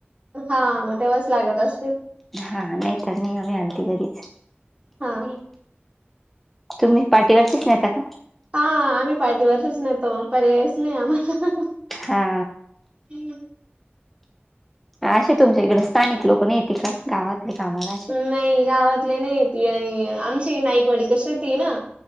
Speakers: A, on the right; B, in the centre.
A: हा मग तेव्हाच, लागत असतील.
B: हा नाही तर नाही, आम्ही आणती घरीच,
A: हा,
B: तुम्ही पाठीवरचेच नेता का?
A: हा आम्ही पाठीवरषच, नेतो पर्यायच नाही. आम्हाला,
B: हा,
A: <unintelligible>
B: असे तुमच्या इकडे स्थानिक लोक नाहीेततील का गावात कामाला असे
A: नाही गावातले नाही ती आणि आमची नाईकवाडी कशी ती ना